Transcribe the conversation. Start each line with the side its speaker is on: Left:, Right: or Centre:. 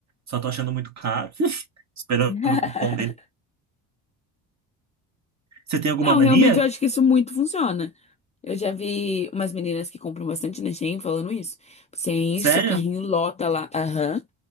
Right: Só tô achando muito caro, <laughs> esperando
Left: <laughs>
Right: o cupom dele. Você tem alguma
Left: Não,
Right: mania?
Left: realmente eu acho que isso muito funciona. Eu já vi umas meninas que compram bastante na Shein falando isso. Você enche
Right: Sério?
Left: seu carrinho, lota lá. Aham.